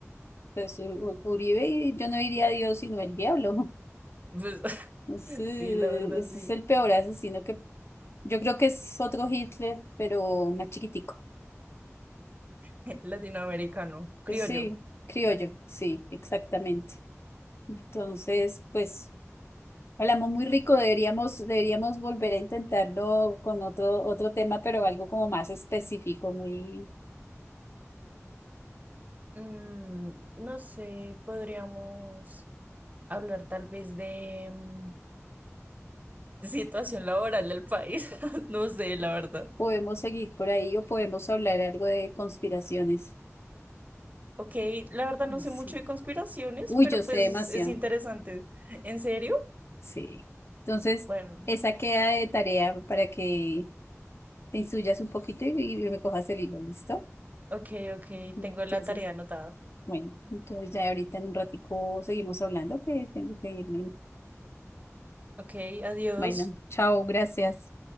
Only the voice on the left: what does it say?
pues U- U- Uribe y yo no diría a Dios sino el diablo.
Ese,
ese
es el peor asesino que yo creo que es otro Hitler, pero más chiquitico.
Pues sí, criollo, sí, exactamente. Entonces, pues hablamos muy rico, deberíamos, deberíamos volver a intentarlo con otro, otro tema, pero algo como más específico, muy,
podemos seguir por ahí o podemos hablar algo de conspiraciones.
Sí.
Uy,
yo
sé demasiado.
Sí. Entonces,
esa queda de tarea para que te instruyas un poquito y, y me cojas el hilo, ¿listo?
Entonces,
bueno, entonces ya ahorita en un ratico seguimos hablando, que tengo que irme.
Bueno, chao, gracias.